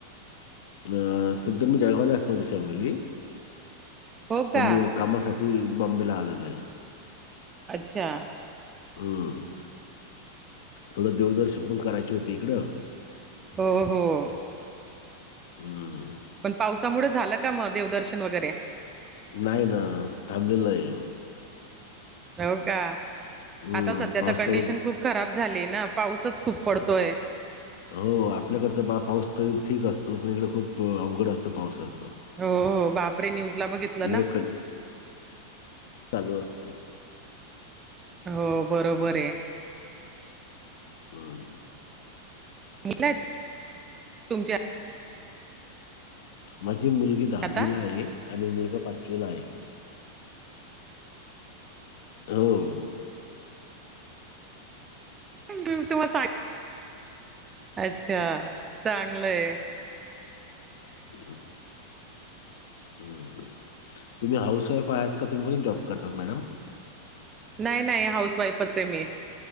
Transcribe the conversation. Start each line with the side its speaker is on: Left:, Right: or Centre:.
Left: अ सध्या मी जळगावला असते माझी फॅमिली,
Right: हो का?
Left: पण मी कामासाठी बॉम्बेला आलेलो आहे.
Right: अच्छा.
Left: हम्म. थोडं देवदर्शन पण करायची होती इकडं.
Right: हो हो.
Left: हम्म.
Right: पण पावसामुळे झालं का मग देवदर्शन वगैरे.
Left: नाही ना. थांबेल हाय.
Right: हो का?
Left: हम्म
Right: आता सध्या
Left: पाऊस
Right: तर कंडिशन
Left: काही
Right: खूप खराब झालीये ना पाऊसच खूप पडतोय.
Left: हो आपल्याकडचं बा पाऊस तरी ठीक असतं, पण इकडे खूप अवघड असतं पावसाचं.
Right: हो हो बापरे न्यूजला बघितलं
Left: इकडे
Right: ना.
Left: कण चालू असतो.
Right: हो बरोबर आहे.
Left: हम्म.
Right: <unintelligible> तुमच्या
Left: माझी मुलगी दहावीला
Right: आता
Left: आहे आणि मुलगा पाचवीला आहे. हो.
Right: <unintelligible> अच्छा चांगलय.
Left: <unintelligible> हम्म. तुम्ही हाऊस वाईफ आहात का, तुम्ही पण जॉब करतात मॅडम?
Right: नाही नाही हाऊस वाईफच आहे मी,